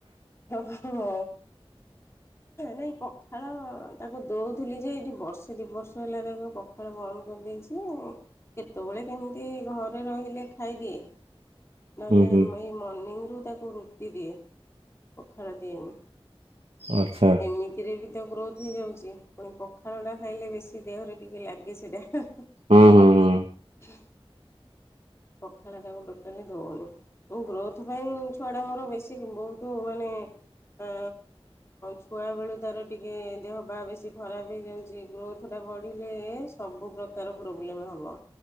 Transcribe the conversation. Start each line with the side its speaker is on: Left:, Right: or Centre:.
Left: ଓହୋ। ନାଇଁ ପଖାଳ ତାକୁ ଦେଉଥିଲି ଯେ ଏଇଠି ବର୍ଷେ ଦୁଇ ବର୍ଷ ହେଲା ତାକୁ ପଖାଳ ବନ୍ଦ କର ଦେଇଚୁ କେତେବେଳେ କେମିତି ଘରେ ରହିଲେ ଖାଇଦିଏ। ନହେଲେ
Right: ହୁଁ ହୁଁ
Left: ଏଇ ମର୍ଣ୍ଣିିଂରୁ ତାକୁ ରୁଟି ଦିଏ ପଖଳ ଦିଏନି।
Right: ଆଚ୍ଛା
Left: ଏମିତିରେ ବି ତ ଗ୍ରୋଥ୍ ହେଇଯାଉଛି ପୁଣି ପଖାଳଟା ଖାଇଲେ ବେଶୀ ଦେହରେ ଟିକେ ଲାଗେ ସେଇଟା।
Right: ହୁଁ ହୁଁ ହୁଁ।
Left: ଉଁ ପଖାଳ ତାକୁ ଟୋଟାଲି ଦେଉନି ମୁଁ ଗ୍ରୋଥ ପାଇଁ ଛୁଆଟା ମୋର ବେଶୀ ବହୁତ ମାନେ ଆ ଛୁଆ ବେଳୁ ତାର ଟିକେ ଦେହ ବାହା ବେଶୀ ଖରାପ ହେଇଯାଉଛି ଗ୍ରୋଥ ଟା ବଢିଲେ ସବୁ ପ୍ରକାର ପ୍ରୋବ୍ଲେମ ହବ।